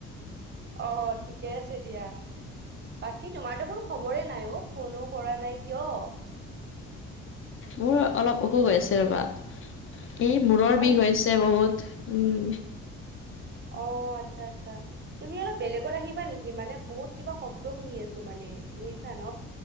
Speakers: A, on the right; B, on the left.
A: অ', ঠিকে আছে দিয়া। বাকী তোমাৰতো কোনো খবৰে নাই অ', ফোনো কৰা নাই কিয়?
B: মোৰ অলপ অসুখ হৈ আছে ৰ'বা। এই মূৰৰ
A: হয়
B: বিষ
A: নেকি
B: হৈছে
A: কি
B: বহুত, উম।
A: অ', আচ্ছা, আচ্ছা। তুমি অলপ বেলেগত আহিবা নেকি মানে বহুত কিবা শব্দ শুনি আছো মানে, বুজিছা ন?